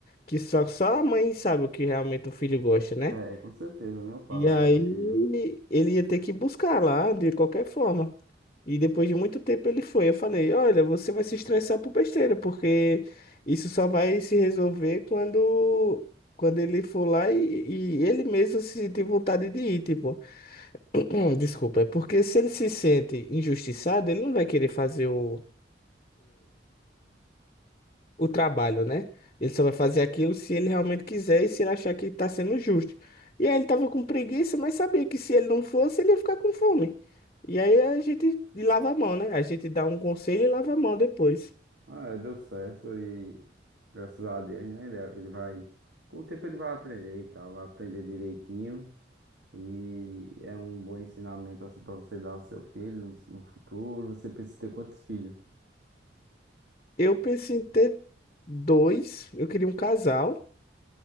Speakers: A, on the left; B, on the right.
A: Que só, só a mãe sabe o que realmente o filho gosta, né?
B: É, é, com certeza, né? O paladar
A: E aí
B: do filho.
A: ele ia ter que buscar lá de qualquer forma. E depois de muito tempo ele foi. Eu falei: Olha, você vai se estressar por besteira, porque isso só vai se resolver quando, quando ele for lá e, e ele mesmo se sentir vontade de ir. Tipo, não, desculpa, é porque se ele se sente injustiçado, ele não vai querer fazer o, o trabalho, né? Ele só vai fazer aquilo se ele realmente quiser e se ele achar que tá sendo justo. E aí ele tava com preguiça, mas sabia que se ele não fosse, ele ia ficar com fome. E aí a gente lava a mão, né? A gente dá um conselho e lava a mão depois.
B: Ah, deu certo e graças a Deus, né? Ele, ele vai. Com o tempo ele vai aprender e tal, vai aprender direitinho. E é um bom ensinamento assim para você dar ao seu filho no, no futuro. Você precisa ter quantos filhos?
A: Eu pensei em ter dois, eu queria um casal,